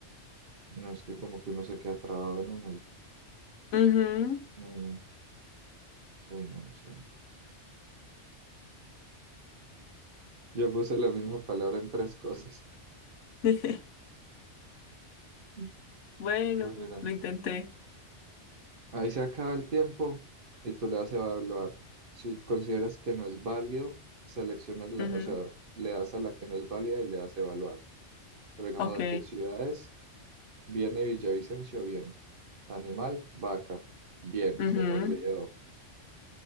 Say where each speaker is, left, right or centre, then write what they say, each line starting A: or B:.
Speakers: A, on the right; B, on the left.
A: No es que como que uno se queda trabado en una y...
B: Ujú.
A: mm, uy, no sé. Yo puse la misma palabra en tres cosas.
B: <laughs>
A: Mm.
B: Bueno,
A: Pues mira.
B: lo intenté.
A: Ahí se acaba el tiempo y tú le das a evaluar. Si consideras que no es válido, seleccionas la,
B: Ujú.
A: o sea, le das a la que no es válida y le das a evaluar. Pero digamos
B: Ok.
A: aquí ciudades, viene Villavicencio, bien. Animal, vaca, bien. Se
B: Ujú.
A: me olvidó,